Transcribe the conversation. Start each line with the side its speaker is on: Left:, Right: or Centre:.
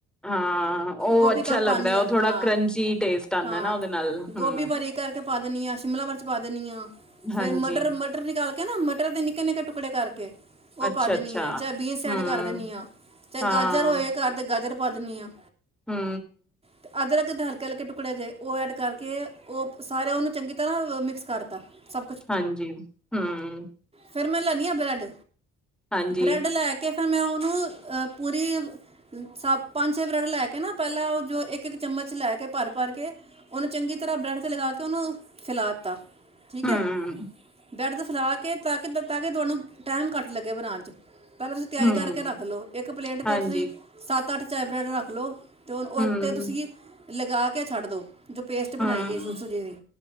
Centre: ਹਾਂ, ਉਹ
Right: ਗੋਭੀ
Centre: ਅੱਛਾ
Right: ਕਰ ਪਾਣੀ
Centre: ਲੱਗਦਾ
Right: ਆ
Centre: ਉਹ ਥੋੜ੍ਹਾ
Right: ਹਾਂ
Centre: ਕਰੰਚੀ ਟੇਸਟ ਆਉਂਦਾ
Right: ਹਾਂ
Centre: ਨਾ ਉਹਦੇ ਨਾਲ ਹੂੰ।
Right: ਗੋਭੀ ਬਰੀਕ ਕਰਕੇ ਪਾ ਦੇਣੀ ਆ ਸ਼ਿਮਲਾ ਮਿਰਚ ਪਾ ਦੇਣੀ ਆ।
Centre: ਹਾਂਜੀ,
Right: ਫੇਰ ਮਟਰ ਮਟਰ ਨਿਕਾਲ ਕੇ ਤੇ ਨਾ ਮਟਰ ਦੇ ਨਿੱਕੇ ਨਿੱਕੇ ਟੁਕੜੇ ਕਰਕੇ ਉਹ
Centre: ਅੱਛਾ-ਅੱਛਾ,
Right: ਪਾ ਦੇਣੀ ਆ, ਚਾਹੇ ਬੀਨਸ ਐਡ
Centre: ਹੂੰ,
Right: ਕਰ ਦੇਣੀ ਆ, ਚਾਹੇ
Centre: ਹਾਂ,
Right: ਗਾਜਰ ਹੋਏ ਘਰ ਚ ਗਾਜਰ ਪਾ ਦੇਣੀ ਆ।
Centre: ਹੂੰ।
Right: ਤੇ ਅਦਰਕ ਦੇ ਹਲਕੇ ਹਲਕੇ ਟੁਕੜੇ ਕਰਕੇ ਉਹ ਐਡ ਕਰਕੇ ਉਹ ਸਾਰੇ ਉਹਨੂੰ ਚੰਗੀ ਤਰ੍ਹਾਂ ਮਿਕਸ ਕਰਤਾ ਸਭ
Centre: ਹਾਂਜੀ ਹੂੰ,
Right: ਫੇਰ ਮੈਂ ਲੈਂਨੀ ਆ ਬਰੈੱਡ
Centre: ਹਾਂਜੀ,
Right: ਬਰੈੱਡ ਲੈ ਕੇ ਫਿਰ ਮੈਂ ਉਹਨੂੰ ਪੂਰੀ ਸਾ ਪੰਜ ਛੇ ਬਰੈੱਡ ਲੈ ਕੇ ਨਾ ਪਹਿਲਾਂ ਉਹ ਜੋ ਇੱਕ ਇੱਕ ਚਮਚ ਲੈ ਕੇ ਭਰ ਭਰ ਕੇ ਉਹਨੂੰ ਚੰਗੀ ਤਰ੍ਹਾਂ ਬਰੈੱਡ ਤੇ ਲਗਾ ਕੇ ਉਹਨੂੰ ਫੈਲਾ ਦਿੱਤਾ। ਠੀਕ
Centre: ਹੂੰ,
Right: ਹੈ ਬਰੈੱਡ ਫਿਲਾ ਕੇ ਤਾਂ ਕਿ ਤਾਂ ਕਿ ਤੁਹਾਨੂੰ ਟਾਈਮ ਘੱਟ ਲੱਗੇ ਬਣਾਣ ਚ, ਪਹਿਲਾਂ ਤੁਸੀਂ ਤਿਆਰੀ
Centre: ਹੂੰ,
Right: ਕਰਕੇ ਰੱਖ ਲਓ ਇੱਕ ਪਲੇਟ ਤੇਤਵੀ
Centre: ਹਾਂਜੀ,
Right: ਤੁਸੀਂ ਸੱਤ ਅੱਠ ਸੈਡ ਬਰੈੱਡ ਰੱਖਲੋ ਤੇ ਹੁਣ ਉਹ
Centre: ਹੂੰ,
Right: ਤੇ ਤੁਸੀਂ ਲਗਾ ਕੇ ਛੱਡ ਦੋ। ਜੋ ਪੇਸਟ
Centre: ਹੂੰ,
Right: ਬਣਾਈ ਹੈ, ਸੁੂਜੀ ਦੀ